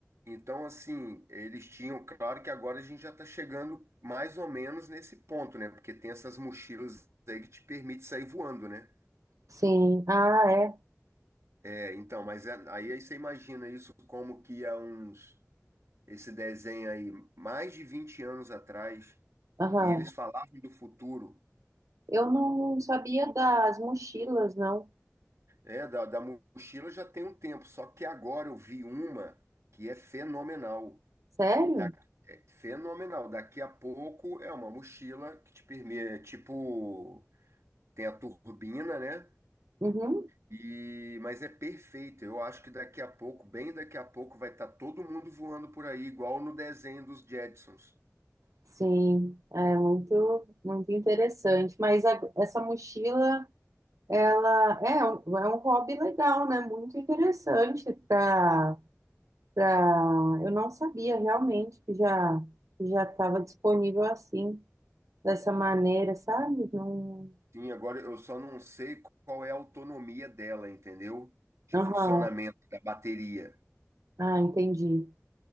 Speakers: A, on the right; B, on the right.
A: Então, assim, eles tinham, claro que agora a gente já está chegando mais ou menos nesse ponto, né? Porque tem essas mochilas aí que te permite sair voando, né?
B: sim. Ah, é.
A: É, então, mas é- aí, aí você imagina isso como que há uns, esse desenho aí, mais de 20 anos atrás,
B: Aham.
A: e eles falavam do futuro,
B: Eu não sabia das mochilas, não.
A: é, da, da mochila já tem um tempo, só que agora eu vi uma que é fenomenal.
B: Sério?
A: Da, é fenomenal. Daqui a pouco é uma mochila que te permite, é tipo. tem a turbina, né?
B: Uhum.
A: E, mas é perfeito. Eu acho que daqui a pouco, bem daqui a pouco, vai estar todo mundo voando por aí, igual no desenho dos Jetsons.
B: Sim, é muito, muito interessante. Mas a- essa mochila, ela é um, é um hobby legal, né? Muito interessante para para eu não sabia realmente que já que já estava disponível assim, dessa maneira, sabe? Não,
A: Sim, agora eu só não sei qual é a autonomia dela, entendeu? De
B: Aham.
A: funcionamento da bateria.
B: Ah, entendi.